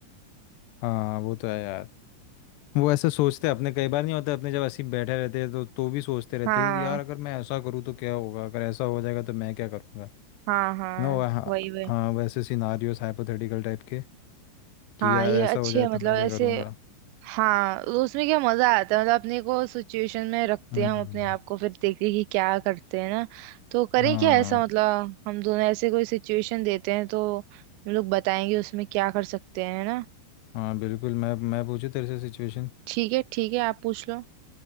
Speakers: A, on the left; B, on the right.
A: हाँ वो तो है यार वो ऐसे सोचते हैं अपने कई बार नहीं होता अपने जब ऐसे ही बैठे रहते हैं तो तो भी सोचते रहते
B: हाँ
A: हैं कि यार अगर मैं ऐसा करूँ तो क्या होगा अगर ऐसा हो जाएगा तो मैं क्या करूँगा
B: हाँ हाँ
A: नो हाँ
B: वही वही
A: हाँ वैसे सिनारियोस हाइपोथेटिकल टाइप के कि
B: हाँ
A: यार
B: ये
A: ऐसा
B: अच्छी
A: हो जाए
B: है
A: तो
B: मतलब
A: मैं
B: ऐसे
A: क्या करूँगा
B: हाँ तो उसमें क्या मजा आता है मतलब अपने को सिचुएशन में रखते
A: हम्म
B: हैं हम अपने आप को फिर देखते हैं कि क्या करते हैं ना तो करें
A: हाँ
B: क्या ऐसा मतलब हम दोनों ऐसे कोई सिचुएशन देते हैं तो हम लोग बताएंगे उसमें क्या कर सकते हैं है ना
A: हाँ बिल्कुल मैं मैं पूछूँ तेरे से सिचुएशन
B: ठीक है ठीक है आप पूछ लो